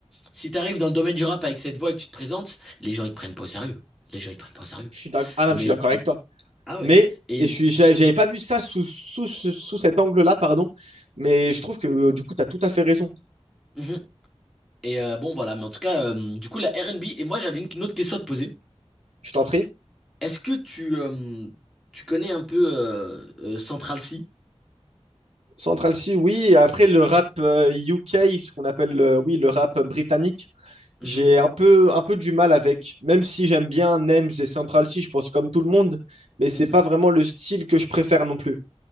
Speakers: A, in the centre; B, on the right (about 75°).
A: Si t'arrives dans le domaine du rap avec cette voix et que tu te présentes, les gens ils te prennent pas au sérieux. Les gens ils te prennent pas au sérieux.
B: Je suis d'ac- Ah non,
A: Mais
B: mais je suis d'accord avec toi.
A: ah ouais.
B: Mais
A: Et
B: et je suis, j'a- j'avais pas vu ça sous, sous, ce- sous cet angle-là, pardon. Mais je trouve que euh, du coup, tu as tout à fait raison.
A: Mhm. et euh, bon voilà. Mais en tout cas, euh, du coup la R&B. Et moi j'avais une, une autre question à te poser.
B: Je t'en prie.
A: Est-ce que tu euh, tu connais un peu euh, euh, Central C?
B: Central C, oui. Après, le rap euh, UK, ce qu'on appelle, euh, oui, le rap britannique,
A: Mhm.
B: J'ai un peu, un peu du mal avec, même si j'aime bien Nems et Central C, je pense comme tout le monde, mais c'est
A: Mhm.
B: pas vraiment le style que je préfère non plus.